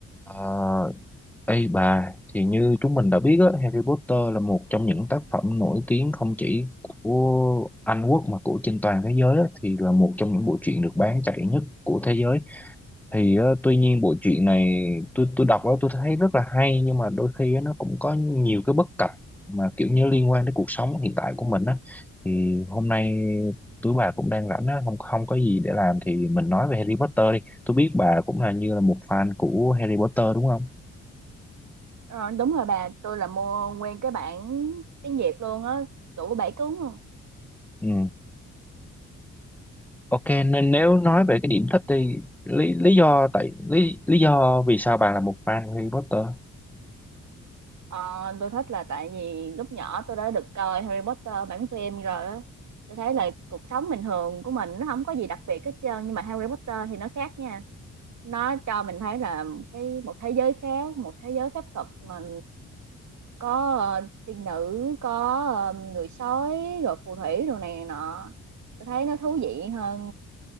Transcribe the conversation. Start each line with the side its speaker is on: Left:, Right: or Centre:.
Centre: À, ê bà, thì như chúng mình đã biết á, Harry Potter là một trong những tác phẩm nổi tiếng không chỉ của Anh Quốc mà của trên toàn thế giới á, thì là một trong những bộ truyện được bán chạy nhất của thế giới. Thì ờ, tuy nhiên bộ truyện này tôi tôi đọc á tôi thấy rất là hay nhưng mà đôi khi á, nó cũng có nhiều cái bất cập mà kiểu như liên quan đến cuộc sống hiện tại của mình á. Thì hôm nay tụi bà cũng đang rảnh á, không không có gì để làm thì mình nói về Harry Potter đi. Tôi biết bà cũng là như là một fan của Harry Potter đúng không?
Right: Ờ, đúng rồi bà, tôi là mua nguyên cái bản tiếng Việt luôn á, đủ bảy cuốn luôn.
Centre: Ừ. Ok nên nếu nói về cái điểm thích đi lý lý do tại lý lý do vì sao bạn là một fan của Harry Potter
Right: Ờ, tôi thích là tại vì lúc nhỏ tôi đã được coi Harry Potter bản phim rồi á. Tôi thấy là cuộc sống bình thường của mình nó không có gì đặc biệt hết trơn nhưng mà Harry Potter thì nó khác nha. Nó cho mình thấy là cái một thế giới khác, một thế giới phép thuật mà có ờ, tiên nữ có ờ, người sói rồi phù thủy đồ này nọ tôi thấy nó thú vị hơn